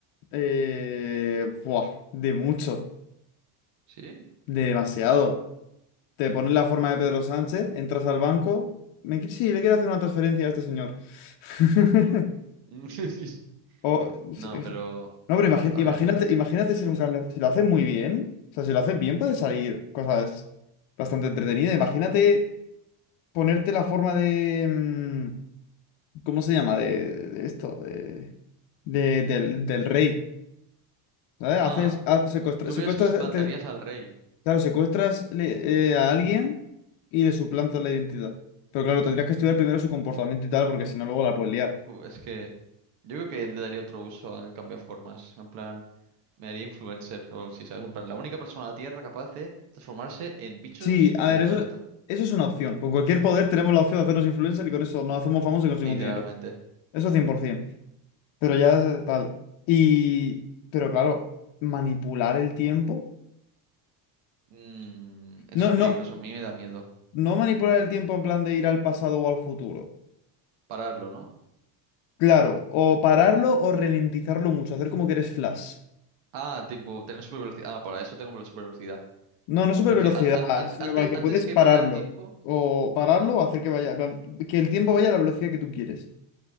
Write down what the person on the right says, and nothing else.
¿Sí?
<laughs>
No,
pero,
a
ver.
Ah,
¿tú
crees que suplantarías
al rey?
Uh, es que yo creo que le daría otro uso al formas. En plan, me haría influencer o si ¿sabes? En plan, la única persona en la Tierra capaz de transformarse en bichos,
en
animales,
tal.
Literalmente.
Mm, eso
es
peligroso, a mí me da miedo.
Pararlo, ¿no?
Ah, tipo, tener super velocidad. Ah, para eso tengo la super velocidad.
Prefiero,
an- an- an-
antes,
antes
que
parar el tiempo,